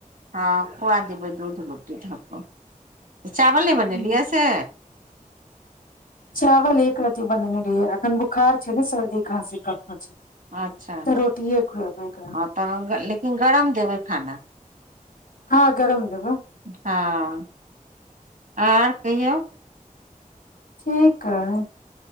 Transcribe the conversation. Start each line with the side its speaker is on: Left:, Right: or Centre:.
Right: हाँ खुआ देबै दूध रोटी धऽ कऽ चावल नहि बनेलियै
Left: हूँ
Right: या से
Left: चावल एक रति बनने रहियै एखन बुखार छै ने शरदी खाँसी कफमे छै
Right: अच्छा
Left: तऽ रोटिये खुएबै एकरा
Right: हाँ तऽहन लेकिन गरम देबै खाना
Left: हाँ गरम देबै
Right: हाँ आर कहियौ
Left: ठीक अइ